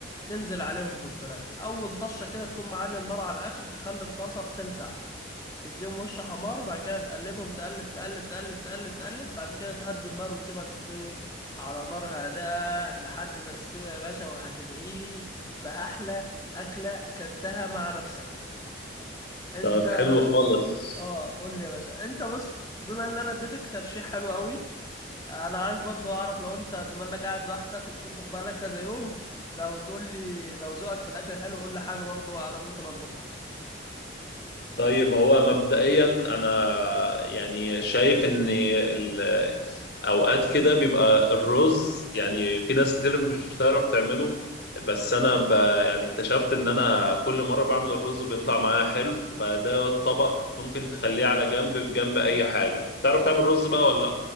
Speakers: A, on the left; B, on the left.
A: تنزل عليهم بالفراخ اول طشه كده تكون معلي النار على الاخر تخلي الطاسه بتلسع تديهم وش حمار بعد كده تقلبهم تقلب تقلب تقلب تقلب تقلب بعد كده تهدي النار وتسيبها تستوي على نار هادئة لحد ما تستوي يا باشا وهتدعي لي بأحلى أكلة كلتها مع نفسك انت
B: طب حلو خالص
A: اه قول لي يا باشا انت بص بما ان انا اديتك ترشيح حلو قوي انا عايز برضو اعرف لو انت بما انك قاعد لوحدك وبتطبخ بقالك كذا يوم لو تقول لي لو ذوقك في الاكل حلو قول لي حاجة برضو انا ممكن اطبخها
B: طيب هو مبدئيا انا يعني شايف ان ال- اوقات كده بيبقى الرز يعني في ناس كتير مش بتعرف تعمله بس انا ب يعني اكتشفت ان انا كل مره بعمل الرز بيطلع معايا حلو فده الطبق ممكن تخليه على جنب بجنب اي حاجه تعرف تعمل رز بقى ولا لا